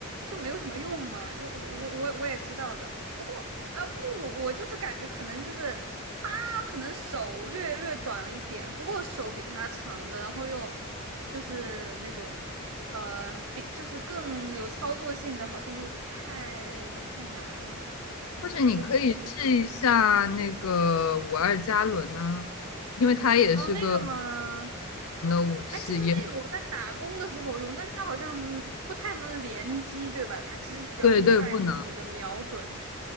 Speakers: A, on the right; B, on the left.
A: 就没有什么用嘛，就我我我我也知道的。不过啊，不过我我就是感觉可能就是他可能手略略短了一点，不过手比他长的，然后又就是那种呃比就是更有操作性的，好像又太太难了。哎呀，
B: 或者你可以试一下那个五二加仑呢，
A: 我也不好说。
B: 因为它也是个
A: 哦，那个吗？
B: 武器，
A: 哎，其实那个我在打工的时候用，
B: 也
A: 但它好像嗯不太能联机，对吧？它其实比较依赖就是你的瞄准，
B: 对对不能，